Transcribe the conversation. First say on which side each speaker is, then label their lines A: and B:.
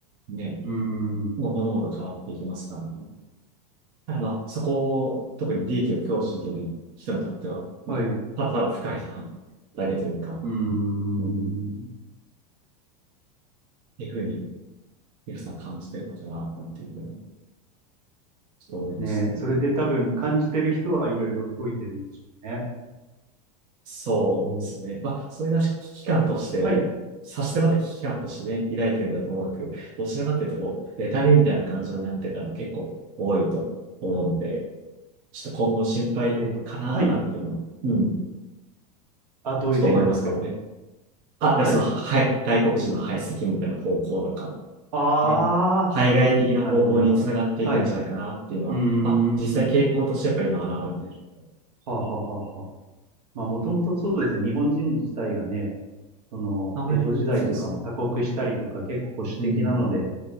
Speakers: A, on the right; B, on the right.
A: ね、
B: うーん、うーん、
A: もう物事変わっていきますから。ただまあ、そこを、特に利益を享受できない人にとっては、まあ、
B: はい。う
A: ただただ不快なだけというか、
B: ーん、
A: うんいうふうに、皆さん感じてるのかな、なんていうふうに、ちょっと思いますね。
B: ねえ、それで多分感じてる人はいろいろ動いてるんでしょうね。
A: そうですね。
B: で
A: まあ、それが危機感として、
B: はい。
A: 差し迫った危機感としてね、抱いてるのはともなく、どちらかというと、こう、妬みみたいな感情になってる方が結構多いと思うので、ちょっと今後心配かな、
B: えっと、はい。
A: なんていうのは、うん、
B: あ、どういう点がですか
A: ちょっと思いますけどね。あ、で、
B: はい。
A: その、は、はい外国人の排斥みたいな方向とか、
B: ああ、
A: ね、対外的な方向につながっていくんじゃないかなっていうのは、
B: なるほど、なるほど。はい。うーん。
A: まあ、実際傾向としてやっぱ今現れてる。
B: はあ、はあはあはあ。まあ、もともとそうですね。日本人自体がね、その、
A: あまりも、
B: 江戸時代とかも鎖国したりとか結構保守的なので、
A: そうですね。うん、